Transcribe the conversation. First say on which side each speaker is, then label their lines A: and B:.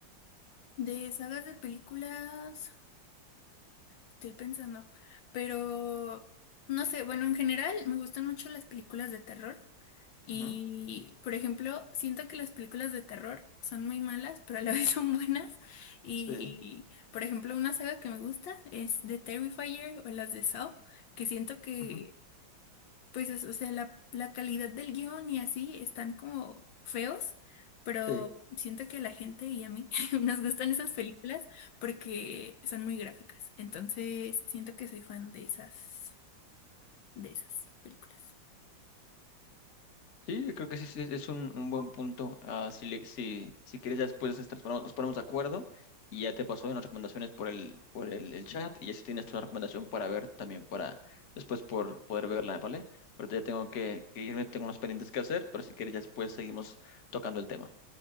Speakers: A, on the left; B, on the left.
A: De sagas de películas. Estoy pensando, pero no sé, bueno, en general me gustan mucho las películas de terror y,
B: Ujú,
A: por ejemplo, siento que las películas de terror son muy malas, pero a la <laughs> vez son buenas y,
B: Sí.
A: por ejemplo, una saga que me gusta es The Terrifier o las de Saw, que siento que
B: ujú,
A: pues es, o sea, la, la calidad del guión y así están como feos, pero
B: Sí.
A: siento que a la gente y a mí <laughs> nos gustan esas películas porque son muy gráficas. Entonces, siento que soy fan de esas, de esas películas.
B: Sí, creo que sí, sí, es un, un buen punto. Ah, si, le- si, si quieres, ya después nos transformamos- nos ponemos de acuerdo y ya te paso las recomendaciones por el, por el, el chat y así tienes tu recomendación para ver también para después por poder verla, ¿vale? Ahorita ya tengo que, que irme, tengo unos pendientes que hacer, pero si quieres, ya después seguimos tocando el tema.